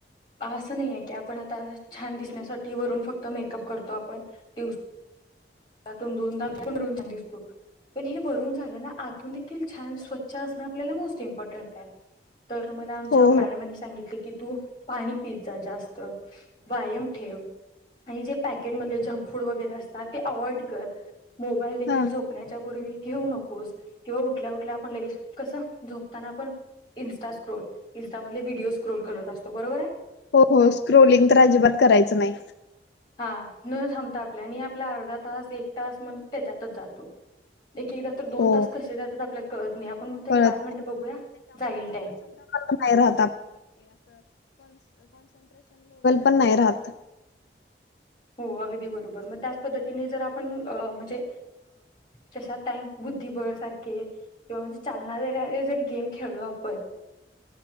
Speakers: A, on the left; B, on the left.
A: असं नाही आहे की आपण आता छान दिसण्यासाठी वरून फक्त मेकअप करतो, आपण दिवस त्यातून दोनदा प रन दिसतो. पण हे वरून झालं ना आतून देखील छान स्वच्छ असणं आपल्याला मोस्ट इम्पॉर्टंट आहे तर मला आमच्या
B: हो
A: मॅडमनी
B: हो
A: सांगितली. कि तू पाणी पिज जाा जास्त, व्यायाम ठेव. आणि जे पॅकेटमध्ये जंक फूड वगैरे असतात, ते अवॉइड कर मोबाईल देखील
B: हां.
A: झोपण्याच्या पूर्वी घेऊ नकोस किंवा उठल्या उठल्या आपण लगेच कसं झोपताना आपण इन्स्टा स्क्रोल, इ्स्टा मध व्हडडीओ स्क्रोल करत असतो, बरोबर आहे?
B: हो हो स्क्रोलिंग तर अजिबात करायचं नाही.
A: हा न थांबता आपल्या आणि आपला अर्धा तास एक तास मण त्याच्यातच जातो. एक एकदा तर दोन
B: हो
A: तास कसे जातात आपल्याला कळत नाही, आपण म्हणतो एक
B: कळत
A: पाच मिनिट बघूया जाईल टाईम.
B: ्रेन पण नाही राहत
A: हो अगदी बरोबर मग त्याच पद्धतीने जर आपण म्हणजे जश धिबळ सारखे किंवा म्हणजे चालना देणारे जरी गेम खेळल पण